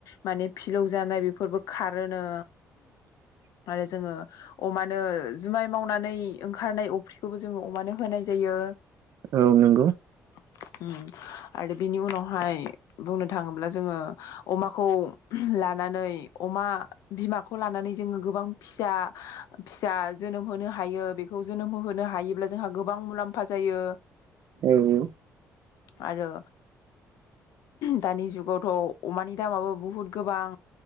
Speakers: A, on the left; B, on the right.
A: माने फिलौ जानाय बेफोरबो खारोनो आरो जोङो औ। अमानो जुमाय मावनानै ओंखारनाय अफ्रिखौबो जोङो अमानो होनाय जायो।
B: औ नंगौ।
A: <inaudible> आरो बिनि उनावहाय बुंनो थाङोब्ला जोङो अमाखौ लानानै अमा बिमाखौ लानानै जोङो गोबां फिसा फिसा जोनोम होनो हायो बेखौ जोनोम होहोनो हायोब्ला जोंहा गोबां मुलामफा जायो
B: औ औ
A: आरो दानि जुगावथ' अमानि दामाबो बुहुत गोबां